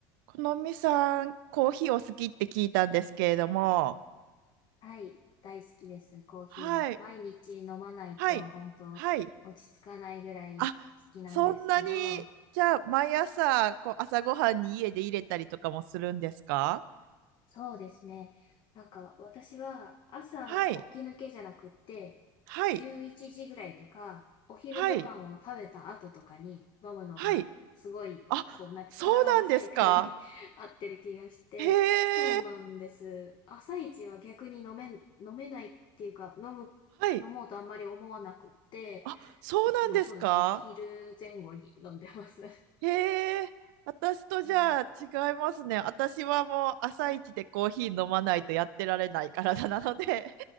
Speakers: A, on the right; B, on the left.
A: このみさん、コーヒーお好きって聞いたんですけれども、
B: はい、大好きです、コーヒーは。
A: はい、
B: 毎日飲まないと、
A: はい、
B: 本当落ち着かないぐらい好きなんですけど、
A: はい。あ、そんなに、じゃあ、毎朝、こう、朝ごはんに家で入れたりとかもするんですか
B: そうですね。なんか、私は朝起き抜けじゃなくって、
A: はい、はい、
B: 11時ぐらいとか、お昼ご飯を食べた後とかに飲むのが、
A: はい、はい。
B: すごい、
A: あ、
B: こう、なんか体のサイクルに
A: そうなんですか
B: <laughs> 合ってる気がして、
A: へ
B: そうなんです。
A: え、
B: 朝一は逆に飲めん、飲めないっていうか、飲む、
A: はい。
B: 飲もうとあんまり思わなくって、
A: あ、そうなんですか
B: いつもそうですね。昼前後に飲んでます。<laughs> は
A: へえ、私とじゃあ違いますね。
B: い。
A: 私はもう朝一でコーヒー飲まないとやってられない体なので。